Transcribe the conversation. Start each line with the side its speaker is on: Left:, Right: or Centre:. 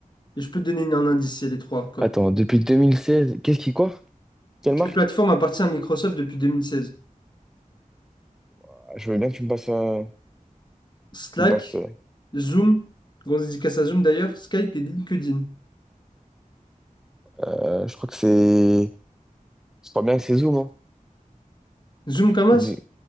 Left: Et je peux te donner un indice, il y a les trois encore.
Centre: Attends, depuis 2016, qu'est-ce qui quoi? Quelle
Left: Quelle
Centre: marque?
Left: plateforme appartient à Microsoft depuis 2016?
Centre: Ah, Je veux bien que tu me passes. euh,
Left: Slack,
Centre: tu me passes euh,
Left: Zoom, grosse dédicace à Zoom d'ailleurs, Skype et LinkedIn.
Centre: euh, je crois que c'est. Je crois bien que c'est Zoom, hein.
Left: Zoom comme
Centre: Vu-
Left: as?